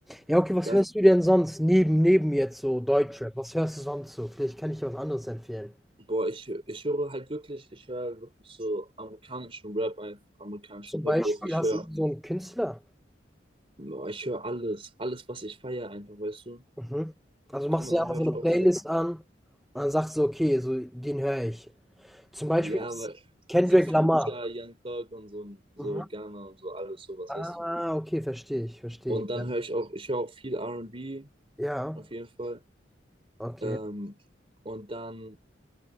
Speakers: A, in the centre; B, on the right.
A: Ja, okay, was
B: Das,
A: hörst du denn sonst neben, neben jetzt so Deutschrap? Was hörst du sonst so? Vielleicht kann ich dir was anderes empfehlen.
B: boah, ich, ich höre halt wirklich, ich höre wirklich so amerikanischen Rap, einfach amerikanischen
A: Zum
B: Hip-Hop,
A: Beispiel
B: ich
A: hast
B: höre,
A: du so einen Künstler.
B: boah, ich höre alles, alles, was ich feiere einfach, weißt du?
A: Mhm. Also machst
B: Guck mal,
A: du dir
B: dann
A: einfach
B: höre
A: so
B: ich
A: eine Playlist
B: auch so
A: an und dann sagst du, okay, so den höre ich. Zum Beispiel
B: Ja,
A: ist
B: aber
A: Kendrick
B: so Future,
A: Lamar.
B: Young Thug und so, so
A: Mhm.
B: Ghana und so alles sowas,
A: Ah,
B: weißt du?
A: okay, verstehe ich, verstehe
B: Und
A: ich.
B: dann
A: Ja,
B: höre ich auch, ich höre auch viel R und B
A: Ja,
B: auf jeden Fall.
A: okay.
B: Ähm, und dann,